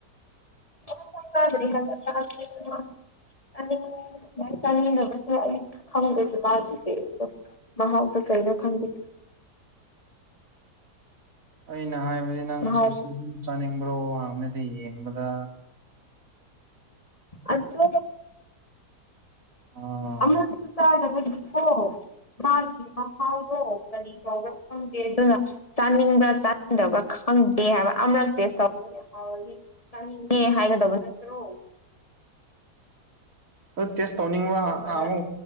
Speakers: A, on the left (about 20°); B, on the right (about 50°).
A: <unintelligible> <unintelligible> ꯃꯍꯥꯎꯗ ꯀꯩꯅꯣ ꯈꯪꯕꯤ
B: <inaudible> ꯑꯩꯅ ꯍꯥꯏꯕꯗꯤ ꯅꯪ
A: ꯃꯍꯥꯎ
B: ꯁꯨꯁꯤ ꯆꯥꯅꯤꯡꯕ꯭ꯔꯣ ꯍꯥꯡꯕꯅꯗꯤ ꯌꯦꯡꯕꯗ
A: ꯑꯗꯣ
B: ꯑꯥ
A: ꯑꯃꯛꯁꯨ ꯇꯥꯗꯕꯒꯤ ꯀꯣ ꯃꯥꯒꯤ ꯃꯍꯥꯎꯗꯣ ꯀꯔꯤ ꯐꯥꯎꯕ ꯐꯪꯗꯦ ꯑꯗꯨꯅ ꯆꯥꯅꯤꯡꯕ꯭ꯔꯥ ꯆꯥꯅꯤꯡꯗꯕ꯭ꯔꯥ ꯈꯪꯗꯦ ꯍꯥꯏꯕ ꯑꯃꯔꯛ ꯇꯦꯁꯇꯧꯕꯗꯨꯗ ꯍꯥꯎꯔꯗꯤ ꯆꯥꯅꯤꯡꯉꯦ ꯍꯥꯏꯒꯗꯕ ꯅꯠꯇ꯭ꯔꯣ
B: ꯑꯗꯨ ꯇꯦꯁ ꯇꯧꯅꯤꯡꯕ꯭ꯔ
A: ꯆꯨꯝꯗꯕ
B: ꯍꯪꯉꯨ